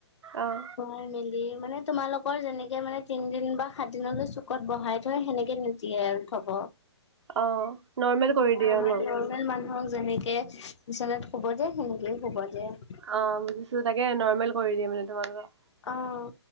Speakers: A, on the right (about 75°); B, on the left (about 80°).
A: অঁ।
B: খোৱাই মেলি মানে তোমালোকৰ যেনেকে মানে তিন দিন বা সাত দিনলৈ চো কত বহাই থয় সেনেকে নিদিয়ে আৰু থব।
A: অ', নৰ্মেল কৰি দিয়ে
B: আমাৰ
A: ন?
B: নৰমেল মানুহক যেনেকে বিছনাত শুব দিয়ে সেনেকেই শুব দিয়ে।
A: অঁ। তোৰ তাকে নৰ্মেল কৰি দিয়ে মানে তোমালোকৰ।
B: অঁ